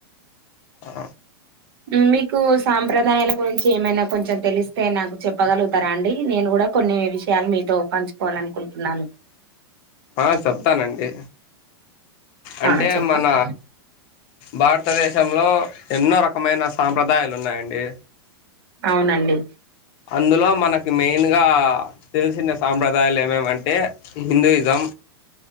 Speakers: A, on the left; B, on the right.
A: ఆ
B: ఉ మీకు సాంప్రదాయాల గురించి ఏమైనా కొంచెం తెలిస్తే నాకు చెప్పగలుగుతారా అండి నేను గుడా కొన్ని విషయాలు మీతో ఉపంచుకోవాల అనుకుంటున్నాను
A: ఆ చెప్తానండి అంటే
B: ఆ చెప్పండి
A: మన భార్ తదేశంలో ఎన్నో రకమైన సాంప్రదాయాలు ఉన్నాయండి
B: అవునండి
A: అందులో మనకి మెయిన్గా తెలిసిన సాంప్రదాయాలు ఏమేమంటే హిందూయిజం